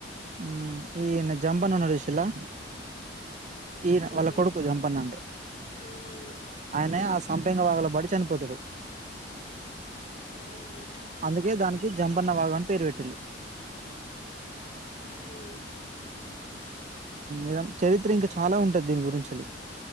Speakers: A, on the right; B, on the left.
A: ఉమ్ ఈయన జంపన్న ఉన్నడు చుషిలా ఈయన
B: అవునా
A: వాళ్ళ కొడుకు జంపన్న అంటె
B: అవునా అండి
A: ఆయనే ఆ సంపంగే వాగుల పడి చనిపోతడు
B: అవునా అండి
A: అందుకే దానికి జంపన్న వాగని పేరు పెట్టిలు
B: అవునా
A: ఇదంతా చరిత్ర ఇంకా చాలా ఉంటది దీని గురించి